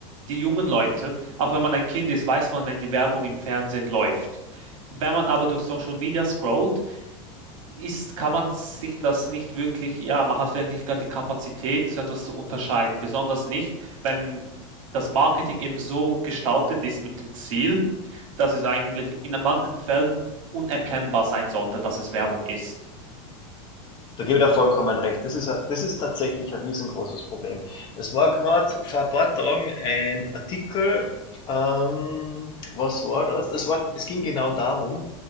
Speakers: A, on the right (about 80°); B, on the left (about 25°).
A: Die jungen Leute, auch wenn man ein Kind ist, weiß man, wenn die Werbung im Fernsehen läuft. Wenn man aber durch Social Media scrollt, ist, kann man sich das nicht wirklich, ja, man hat vielleicht nicht gerade die Kapazität, so etwas zu unterscheiden. Besonders nicht, wenn das Marketing eben so gestaltet ist mit dem Ziel, dass es eigentlich in manchen Fällen unerkennbar sein sollte, dass es Werbung ist.
B: Da gebe ich dir vollkommen recht. Das ist, ein- das ist tatsächlich ein riesengroßes Problem. Es war gerade vor ein paar Tagen ein Artikel, ähm, was war das? Das war, es ging genau darum,